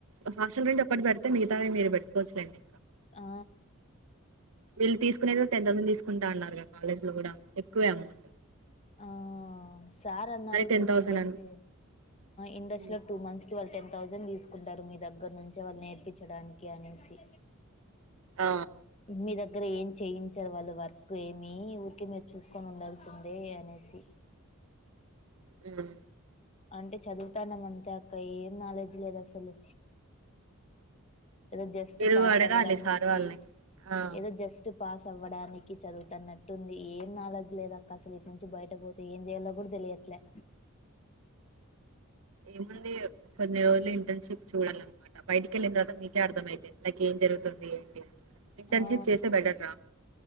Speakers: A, on the right; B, on the left.
A: ఆహా హాస్టల్ రెంట్ ఒకటే పడితే మిగితావి మీరు పె ట్టుకోవచ్చులేండి
B: ఆ
A: వీళ్ళు తీసుకునేది టెన్ థౌసండ్ తీసుకుంటా అన్నారు కాలేజ్ లో కూడా ఎక్కువ అమౌంట్
B: ఆ సార్ అన్నారు
A: మరి
B: మీకు ఇండస్ట్రీ
A: అన్
B: ఇండస్ట్రీ
A: హ్మ్.
B: లో టూ మంత్స్ కి వాళ్ళు టెన్ థౌసండ్ తీసుకుంటారు మీ దగ్గర నుంచే వాళ్ళు నేర్పించడానికి అనేసి
A: ఆ
B: మీ దగ్గర ఏం చేయించారు వాళ్ళు వర్క్ ఏమి ఊరికె మీరు చూసుకొని ఉండాల్సిందే అనేేసి
A: హ్మ్
B: అంటే చదువుతానం అంతే అక్క ఏం నాలెడ్జ్ లేదు అసలు ఏదో జస్ట్
A: మీరు
B: పాస్
A: అడగాలి
B: అవ్వడాన్నినికి
A: సార్ వాళ్ళని. ఆ!
B: ఏదో జస్ట్ పాస్ అవ్వడానికి చదువుతన్నట్టుంది ఏం నాలెడ్జ్ లేదు అక్క అసలు ఇటు నుంచి బయట పోతే ఏం చేయాలో కూడా తెలియట్లే
A: ఏముంది కొన్ని రోజులు ఇంటర్న్షిప్ చూడాలన్నమాట బయటిక వెళ్ళిన తర్వాత మీకే అర్థమైందే లైక్ ఏం జరుగుతుంది ఏంటి అని ఇంటర్న్షిప్
B: ఆ
A: చేస్తే బెటర్ రా